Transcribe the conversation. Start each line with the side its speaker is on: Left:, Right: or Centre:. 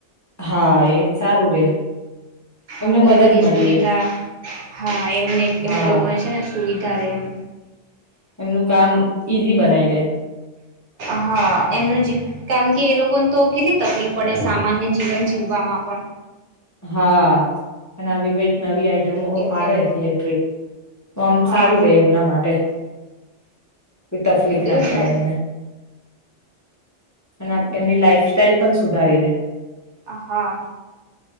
Left: હા એ સારું રે.
Right: હા
Left: એમને મદદ
Right: એ બધી
Left: મળી
Right: સુવિધા
Left: રે
Right: હા એ એમને
Left: હા
Right: એમને લોકોને છે ને સુવિ ત્યારેમ
Left: એમનું કામ ઈઝી બનાવી દે
Right: હા એમનું જ કારણ કે એ લોકોને તો કેટલી તકલીફ પડે સામાન્ય જીવન જીવવામાં પણ
Left: હા અને આવી કઈક નવી આ ઈટમો
Right: એટલે
Left: આવે ઇલેક્ટ્રિક તો આમ
Right: હા
Left: સારું રે એમના માટે તફલીક
Right: એજ
Left: ના પડે
Right: ને
Left: એમને. અને એમની લાઈફસ્ટાઈલ પણ સુધારી દે
Right: અ હા